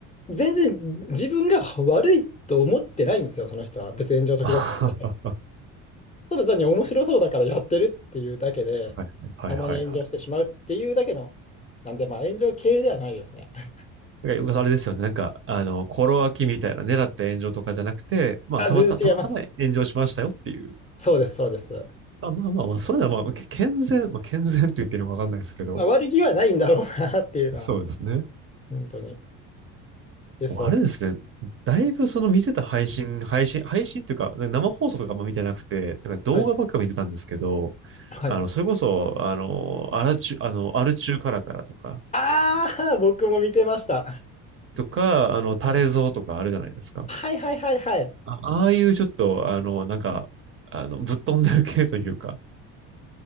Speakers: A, on the left; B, on the right.
A: 全然自分が悪いと思ってないんですよ、その人は。別に炎上時々。
B: あはは
A: ただ単に面白そうだからやってるっていうだけで、
B: はいはいはいはい。
A: たまに炎上してしまうっていうだけの、なんでまあ炎上系ではないですね。<laughs>
B: なんかあれですよね。なんか、あの、心脇みたいな狙った炎上とかじゃなくて、まあ、
A: あ、
B: たまた、
A: 全然違います。
B: たまたま炎上しましたよっていう。
A: そうです、そうです。
B: あ、まあまあまあ、それならまあ、け健全、まあ、健全と言っていいのかわかんないですけど。
A: まあ悪気はないんだろうなっていうのは、
B: そうですね。
A: 本当に。で、そう。
B: もうあれですね。だいぶその見てた配信、配信、配信というか、ね生放送とかあんま見てなくて、なんか動画ばっか見てたんですけど、
A: はい。はい。
B: あの、それこそ、あの、アラチュ、あの、アルチューカラカラとか、
A: ああ、僕も見てました。
B: とか、あの、タレゾウとかあるじゃないですか。
A: はいはいはいはいはい。
B: あ、ああいうちょっと、あの、なんか、あの、ぶっ飛んでる系というか、